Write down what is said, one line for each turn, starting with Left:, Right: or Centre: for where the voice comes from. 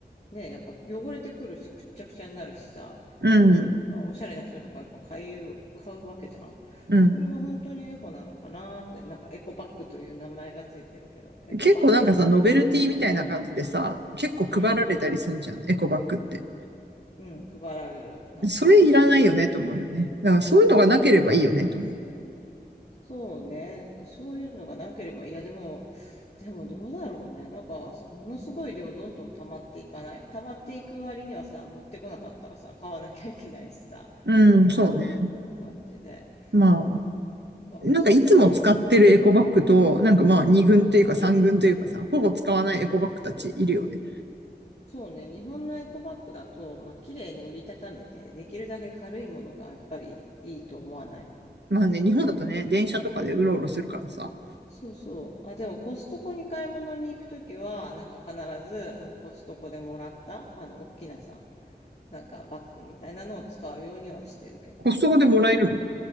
Left: ね、やっぱ汚れてくるし、くっちゃくちゃになるしさ、
Right: うん。
Left: なんかおしゃれな人とかやっぱ買う、買うわけじゃん。
Right: うん。
Left: それが本当にエコなのかなって、なんかエコバッグという名前がついてるけど、エコバッグなのかな。
Right: 結構なんかさ、ノベルティみたいな感じでさ、結構配られたりすんじゃん、
Left: うん、
Right: エコバッグって。
Left: うん、配られる。なんか、
Right: それいらないよねと思うよね。だからそういうのがなければいいよねと思
Left: そうね。そういうのがなければ、いや、でも、でもどうだろうね。なんか、ものすごい量どんどん溜まっていかない溜まっていく割にはさ、持ってこなかったらさ、買わなきゃいけないしさ、
Right: う。うん、そうね。
Left: 感じで。
Right: まあ、
Left: なんか、
Right: なんかいつも使ってるエコバッグと、
Left: 食料品。
Right: なんかまあ2軍というか3軍というかさ、
Left: うん。
Right: ほぼ使わないエコバッグたちいるよね。
Left: そうね。日本のエコバッグだと、まあ、綺麗に折りたためて、できるだけ軽いものがやっぱりいいと思わない。
Right: まあね、日本だとね、電車とかでうろうろするからさ、
Left: そうそう。あ、でもコストコに買い物に行くときは、なんか必ず、あの、コストコでもらった、あの、大きなさ、なんかバッグみたいなのを使うようにはしてるけど、
Right: コストコでもらえるの。